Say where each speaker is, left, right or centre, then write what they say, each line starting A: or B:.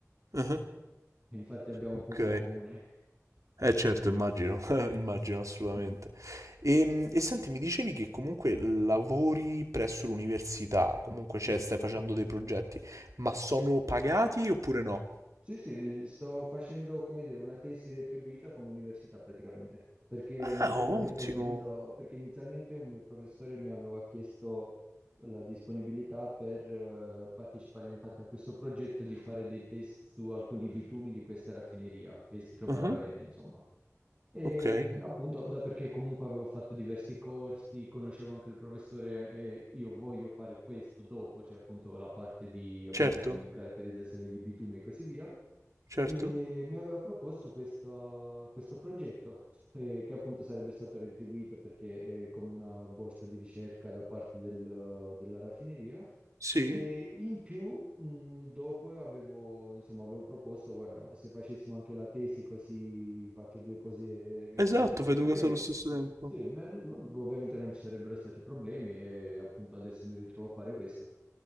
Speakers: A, on the right; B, on the right.
A: Ah,
B: E Infatti abbiamo
A: Ok,
B: poco in comune.
A: eh certo, immagino, <laughs> immagino assolutamente.
B: Sì,
A: Ehm, E, senti, mi dicevi che comunque lavori presso l'università, comunque cioè,
B: sì,
A: stai facendo dei progetti, ma sono
B: sì,
A: pagati oppure no?
B: sì, sì, sto facendo, come dire, una tesi retribuita con l'università praticamente, perché
A: Ah,
B: nel frattempo
A: ottimo.
B: ho detto, perché inizialmente un mio professore mi aveva chiesto la disponibilità per eh, partecipare infatti a questo progetto di fare dei test su alcuni bitumi di questa raffineria che si trova
A: Ah,
B: a Ravenna, insomma. E
A: Ok,
B: mh, appunto, da perché comunque avevo fatto diversi corsi, conoscevo anche il professore e io voglio fare questo dopo, cioè appunto la parte di, appunto,
A: certo,
B: di caratterizzazione di bitumi e così via,
A: certo.
B: e mi aveva proposto questo, questo progetto eh, che appunto sarebbe stato retribuito perché è come una borsa di ricerca da parte del- della raffineria.
A: Sì,
B: E in più, mh, dopo io avevo, insomma, avevo proposto, guarda, ma se facessimo anche la tesi così faccio due cose eh,
A: esatto,
B: contemporaneamente.
A: fai due cose allo stesso tempo.
B: Sì, mi ha detto, ovviamente non ci sarebbero stati problemi e appunto adesso mi ritrovo a fare questo.